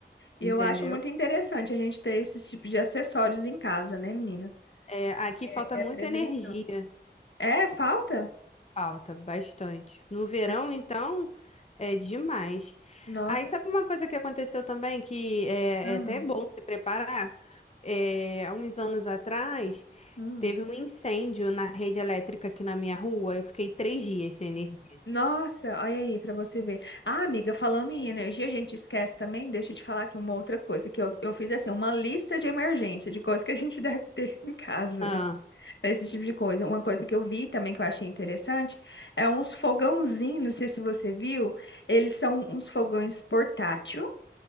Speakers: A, on the left; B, on the left.
A: E
B: entendeu?
A: eu acho muito interessante a gente ter esses tipos de acessórios em casa, né, menina?
B: É, aqui
A: É,
B: falta muita
A: é prevenção.
B: energia.
A: É, falta?
B: Falta bastante. No verão,
A: É.
B: então, é demais.
A: Nossa.
B: Aí, sabe uma coisa que aconteceu também, que é,
A: Ah,
B: é até bom se preparar? É, há uns anos atrás,
A: hum.
B: teve um incêndio na rede elétrica aqui na minha rua. Eu fiquei três dias sem energia.
A: Nossa, olha aí pra você ver. Ah, amiga, falando em energia, a gente esquece também. Deixa eu te falar aqui uma outra coisa, que eu, eu fiz assim, uma lista de emergência, de coisas que a gente <laughs> deve ter em casa,
B: Ah,
A: né? Pra esse tipo de coisa. Uma coisa que eu vi também que eu achei interessante é uns fogãozinhos, não sei se você viu, eles são uns fogões portátil,